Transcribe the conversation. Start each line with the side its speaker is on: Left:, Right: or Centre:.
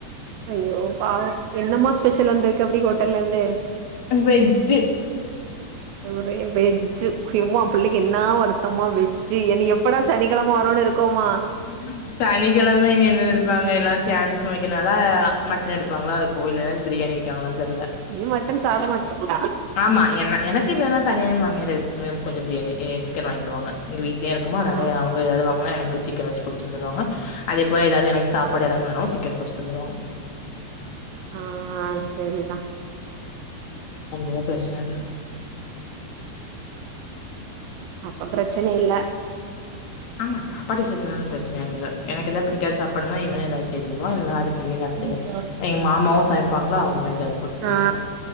Right: அய்யோ பாவோ என்னமா ஸ்பெஷல் வந்திருக்கு அப்டி ஹோட்டல்ல இருந்து
Left: வெஜ்
Right: ஒரே வெஜ் <unintelligible> பிள்ளைக்கி என்னா வரு த்தமா வெஜ்ஜி எனக்கி எப்படா சனிக்கிழம வரோன்னு இருக்கோமா
Left: ம் சனிக்கிழம இனி என்னது எடுப்பாங்க எல்லா சேந்து சமைக்கனால மட்டன் எடுப்பாங்ளா இருக்கு இல்லனா பிரியாணி வக்காங்ளா தெர்ல
Right: நீ மட்டன் சாப்ட மாட்டங்ளா
Left: ஆமா என்ன எனக்கு இல்லைனா தனியாக மாமியார் எடுத்து கொஞ்ச பிரியாணி சிக்கன் வாங்கிருவாங்க எங்க வீட்லே இருக்குமா
Right: ஓ
Left: நானு அவுங்க ஏதாவது வாங்னா எனக்கு சிக் கன் வச்சுட பொறுச்சு தந்துருவாங்க அதே போல எதது எனக்கு சாப்பபாடு இறங்கனாலு சிக்கன் பொறிச் தந்துருவாங்க
Right: அஅ செரித
Left: அதனால பிரச்சன இல்ல
Right: அப்ப பிரச்சன இல்ல
Left: ஆமா சாப்பாடு விஷயத்லலா பிரச்சன இல்ல எனக்கு எதாவது பிடிக்காத சாப்பாடுன இவனே ஏதாவது செய்து தந்தருவா இல்ன அதுக்கு முன்ன எங்க அத்த
Right: ம்.
Left: எங்க மாமாவு சமைப்பாங்ளா அவங்களு ஏதாது போட்டு தந்துருவாங்க
Right: ஆ